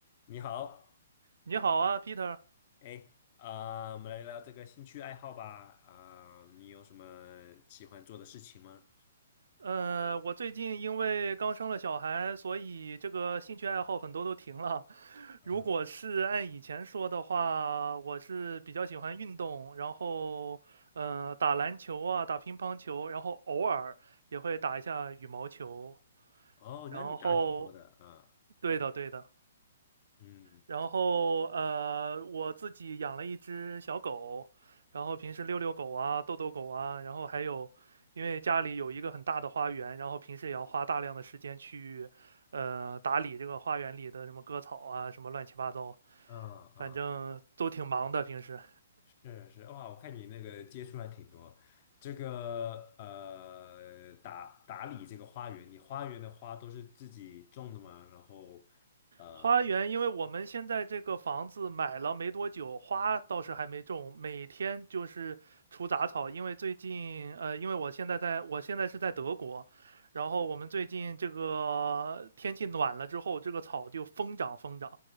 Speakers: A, on the left; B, on the right.
A: 你好，
B: 你好啊，Peter。
A: 哎，啊、我们来聊聊这个兴趣爱好吧。啊、你有什么喜欢做的事情吗？
B: 呃，我最近因为刚生了小孩，所以这个兴趣爱好很多都停了。<laughs>
A: 嗯，
B: 如果是按以前说的话，我是比较喜欢运动，然后呃打篮球啊，打乒乓球，然后偶尔也会打一下羽毛球。
A: 哦，
B: 然后，
A: 那你打挺多的啊，
B: 对的对的，
A: 嗯，
B: 然后呃，我自己养了一只小狗，然后平时遛遛狗啊，逗逗狗啊，然后还有，因为家里有一个很大的花园，然后平时也要花大量的时间去呃打理这个花园里的什么割草啊，什么乱七八糟，
A: 啊啊，
B: 反正都挺忙的平时。
A: 是是，哇，我看你那个接触还挺多。这个呃，打打理这个花园，你花园的花都是自己种的吗？然后呃，
B: 花园，因为我们现在这个房子买了没多久，花倒是还没种，每天就是除杂草。因为最近，呃，因为我现在在，我现在是在德国，然后我们最近这个天气暖了之后，这个草就疯长疯长。